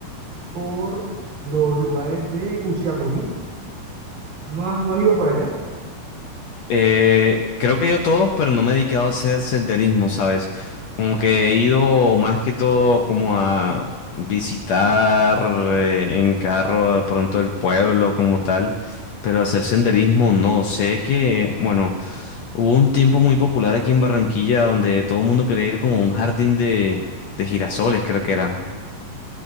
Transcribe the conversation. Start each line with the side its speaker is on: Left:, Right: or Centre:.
Right: por los lugares de Usiacurí. ¿No has, no has ido por allá?
Left: Eh, creo que yo todos, pero no me he dedicado a hacer senderismo, ¿sabes? Como que he ido más que todo como a visitar eh, en carro de pronto el pueblo como tal, pero hacer senderismo no. Sé que, bueno, hubo un tiempo muy popular aquí en Barranquilla donde todo el mundo quería ir como a un jardín de, de girasoles, creo que era.